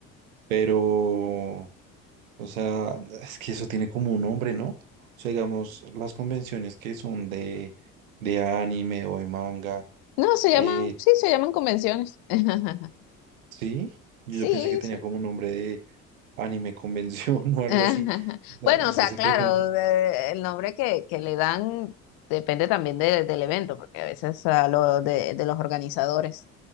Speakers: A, on the right (about 80°); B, on the left (about 60°).
A: pero, o sea, es que eso tiene como un nombre, ¿no? O sea, digamos, las convenciones que son de, de anime o de manga,
B: No, se llaman,
A: eh,
B: sí, se llaman convenciones. <laughs>
A: sí, yo
B: Sí,
A: yo pensé que tenía
B: sí.
A: como un nombre de anime convención <laughs> o algo
B: <laughs>
A: así. O sea,
B: Bueno,
A: o sea,
B: o sea,
A: sé
B: claro,
A: que de pronto.
B: eh, el nombre que, que le dan depende también de- del evento, porque a veces a lo de, de los organizadores.